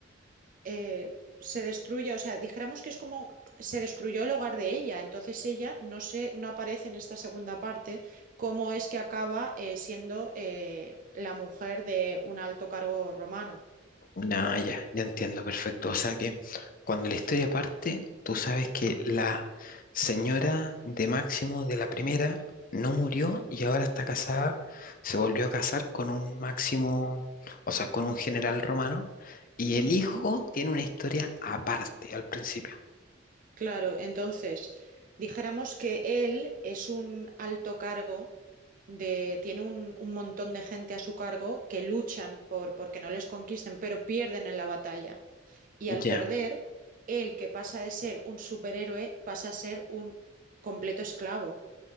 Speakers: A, on the right; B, on the left.
A: eh, se destruya, o sea, dijéramos que es como se destruyó el hogar de ella, entonces ella no se, no aparece en esta segunda parte cómo es que acaba eh, siendo eh, la mujer de un alto cargo romano.
B: No, ya, ya entiendo, perfecto. O sea que cuando la historia parte, tú sabes que la señora de Máximo de la primera no murió y ahora está casada, se volvió a casar con un Máximo, o sea, con un general romano, y el
A: Ujú.
B: hijo tiene una historia aparte al principio.
A: Claro, entonces dijéramos que él es un alto cargo de, tiene un, un montón de gente a su cargo que luchan por porque no les conquisten, pero pierden en la batalla. y al
B: Ya,
A: perder, él que pasa de ser un superhéroe pasa a ser un completo esclavo.